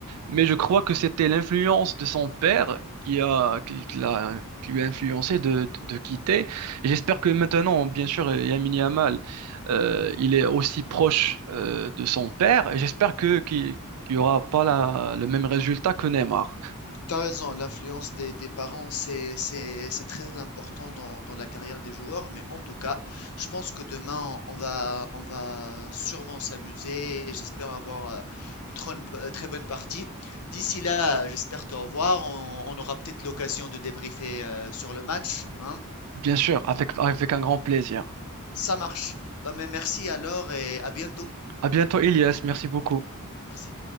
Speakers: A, on the right; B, on the left.
A: Mais je crois que c'était l'influence de son père qui a, qui, qui l'a, qui lui a influencé de, de, de quitter. Et J'espère que maintenant, bien sûr, euh, Lamine Yamal, euh, il est aussi proche euh, de son père. Et J'espère que qu'il qu'il y aura pas la- le même résultat que Neymar.
B: T'as raison, l'influence des, des parents, c'est, c'est, c'est très important dans, dans la carrière des joueurs, mais en tout cas, je pense que demain, on va, on va sûrement s'amuser et j'espère avoir euh, une tron- euh, très bonne partie. D'ici là, euh, j'espère te revoir. On, on aura peut-être l'occasion de débriefer euh, sur le match, hein.
A: Bien sûr, avec, avec un grand plaisir.
B: Ça marche. Bah, mais merci alors et à bientôt.
A: À bientôt, Elias. Merci beaucoup.
B: Merci.